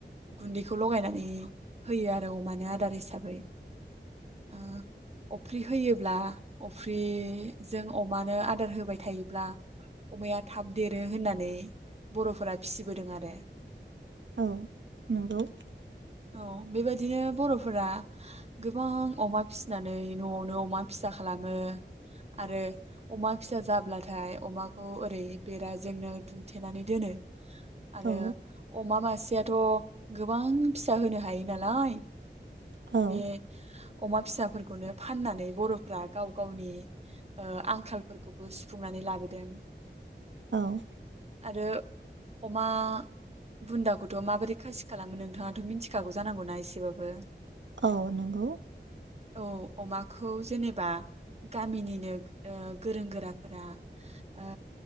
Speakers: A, on the right; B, on the right.
A: गुन्दैखौ लगायनानै होयो आरो अमानि आदार हिसाबै ओ अफ्रि होयोब्ला अफ्रि जों अमानो आदार होबाय थायोब्ला अमाया थाब देरो होननानै बर'फोरा फिसिबोदों आरो
B: औ नंगौ।
A: औ बेबायदिनो बर'फोरा गोबां अमा फिसिनानै न'आवनो अमा फिसा खालामो आरो अमा फिसा जाब्लाथाय अमाखौ ओरै बेराजोंनो दुमथेनानै दोनो आरो
B: औ
A: अमा मासेया थ' गोबां फिसा होनो हायो नालाय
B: औ
A: बे अमा फिसाफोरखौनो फाननानै बर'फ्रा गाव गावनि ओ आंखालफोरखौबो सुफुंनानै लाबोदों
B: औ।
A: आरो अमा बुन्दाखौथ' माबोरै खासि खालामो नोंथाङाथ' मिथिखागौ जानांगौना एसेबाबो
B: औ नंगौ।
A: औ अमाखौ जेनोबा गामिनिनो ओ गोरों गोराफोरा ओ